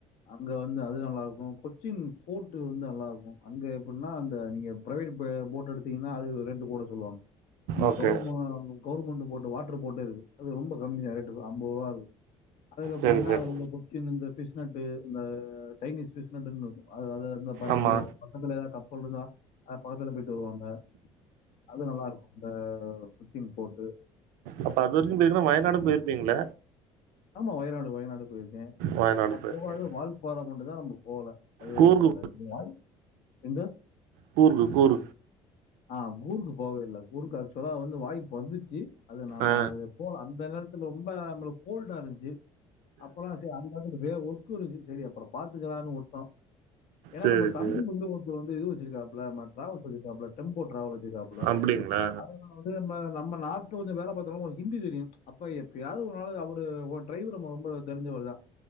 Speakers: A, on the left (about 65°); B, on the right (about 80°).
A: அங்க வந்து அது நல்லாருக்கு கொச்சின் போர்ட்டு வந்து நல்லாருக்கு அங்க எப்பின்னா அந்த நீங்க பிரைவேடு ப போட் எடுத்தீங்கன்னா அது ரேட்டு கூட சொல்லுவாங்க நீ
B: ஓகே.
A: கவும கவுவர்மண்ட் போட்டு வாட்ட்ரு போட்டே இருக்கு அது ரொம்ப கம்மி தா ரேட்டு ஐம்பது ருவா இருக்கு அதுல
B: சரி,
A: போனீங்கன்னா
B: சரி.
A: அதுல இந்த கொச்சினு இந்த பிஷ் நட்டு் இந்த சைனீஸ் பிஷ் நட்டுன்னு இருக்கு அது அத இருந்த பாயிண்டு
B: ஆமா.
A: பக்கத்துல ஏதாது கப்பல் இருந்தா அது பக்கத்துல போய்ட்டு வருவாங்க அது நல்லாருக்கு அந்த கொச்சின் போர்டு
B: அப்ப அது வரைக்கு போயிருந்தா வயநாடு போய்ருப்பீங்கள்ள
A: ஆமா வயநாடு வயநாடு போய்ருக்கே
B: வயநாடு
A: நா
B: போயிருக்கீங்க.
A: போகாதது வால்பாற மட்டுந் தா நம்ம போகல அது
B: கூர்கு
A: <unintelligible> வால் எந்த
B: கூரு கூரு
A: ஆ கூருக்கு போவே இல்ல கூருக்கு ஆக்சுவலா வந்து வாய்ப்பு வந்துச்சு அது நாம
B: ஆ.
A: அது போல அந்த நேரத்துல ரொம்ப நம்மளுக்கு கோல்டா இருந்ச்சு அப்போல்லா சரி அந்த இதுல வேற ஒ ர்க்கு சரி அப்பறோ பாத்துக்கலான்னு வுட்டோ ஏன்னா
B: சரி,
A: நம்ம
B: சரி.
A: தம்பி வந்து ஒருத்தரு வந்து இது வச்சுருக்காப்ல ம டிராவல்ஸ் வச்சுருக்காப்ல டெம்போ ட்ராவல் வச்சுருக்காப்புல
B: அப்டிங்ளா
A: அது நா வந்து நம்ம நம்ம நார்த்து கொஞ்ச வேல பாத்தனால கொஞ்ச ஹிந்தி தெரியு அப்ப எப்பயாது ஒரு நாளு அவ ஒரு ஒரு டிரைவர் நம்ம ரொம்ப தெரிஞ்சவர் தா